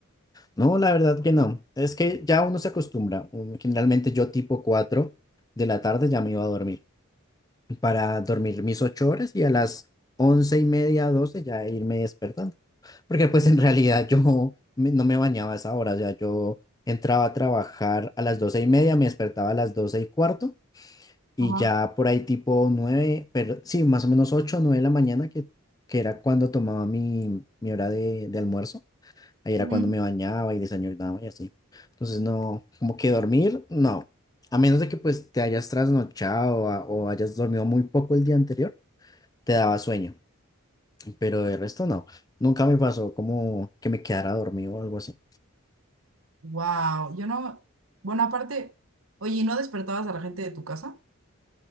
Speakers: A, on the left; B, on the right.
A: No, la verdad que no. Es que ya uno se acostumbra. Um, Generalmente yo tipo cuatro de la tarde ya me iba a dormir para dormir mis ocho horas y a las 11 y media, 12 ya irme despertando. Porque pues en realidad yo me- no me bañaba a esa hora. O sea, yo entraba a trabajar a las 12 y media, me despertaba a las doce y cuarto Y
B: Ajá.
A: ya por ahí tipo nueve, pero sí, más o menos ocho o nueve de la mañana, que, que era cuando tomaba mi, mi hora de, de almuerzo. Ahí era
B: Mm.
A: cuando me bañaba y desayunaba y así. Entonces no, como que dormir, no. A menos de que pues te hayas trasnochado a- o hayas dormido muy poco el día anterior, te daba sueño. Pero de resto no. Nunca me pasó como que me quedara dormido o algo así.
B: Wow, yo no. Bueno, aparte, oye, ¿y no despertabas a la gente de tu casa?